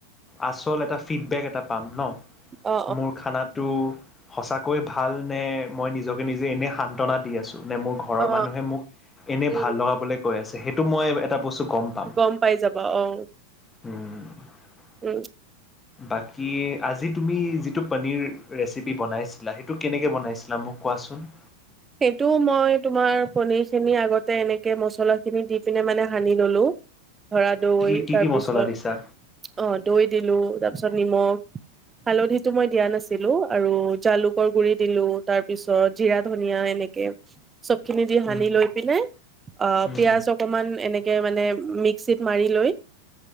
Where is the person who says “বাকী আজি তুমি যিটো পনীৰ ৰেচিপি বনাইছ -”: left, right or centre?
Left